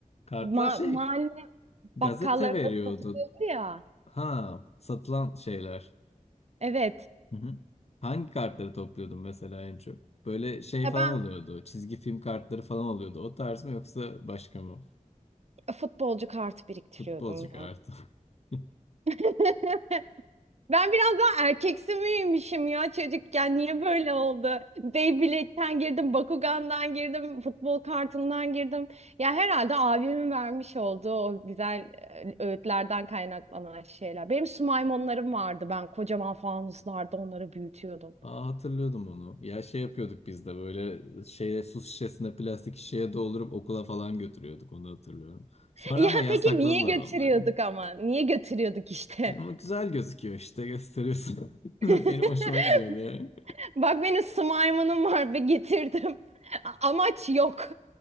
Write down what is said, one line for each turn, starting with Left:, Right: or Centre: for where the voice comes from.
Left: Kartlar
Right: Ma
Left: şey,
Right: mahalle
Left: gazete
Right: Bakkallarda
Left: veriyordu.
Right: satılıyordu ya.
Left: Ha, satılan şeyler.
Right: Evet.
Left: Hı hı. Hangi kartları topluyordun mesela en çok? Böyle şey
Right: Ya
Left: falan
Right: ben
Left: oluyordu. Çizgi film kartları falan oluyordu. O tarz mı yoksa başka mı?
Right: futbolcu kartı biriktiriyordum
Left: Futbolcu
Right: ya.
Left: kartı. <laughs>
Right: <laughs> Ben biraz daha erkeksi miymişim ya çocukken? Niye böyle oldu? Beyblade'den girdim, Bakugan'dan girdim, futbol kartından girdim. Ya herhalde abimin vermiş olduğu o güzel e, öğütlerden kaynaklanan şeyler. Benim sumaymonlarım vardı. Ben kocaman fanuslarda onları büyütüyordum.
Left: Aa, hatırlıyordum onu. Ya şey yapıyorduk biz de böyle şeye su şişesine plastik şişeye doldurup okula falan götürüyorduk onu hatırlıyorum. Sonra
Right: <laughs> Ya
Left: ama yasakladılar
Right: peki niye götürüyorduk
Left: onları.
Right: ama? Niye götürüyorduk işte?
Left: E, ama güzel gözüküyor işte gösteriyorsun. <laughs> Benim
Right: <laughs>
Left: hoşuma gidiyordu yani.
Right: Bak benim slime'ım var ve getirdim. <laughs> A- Amaç yok.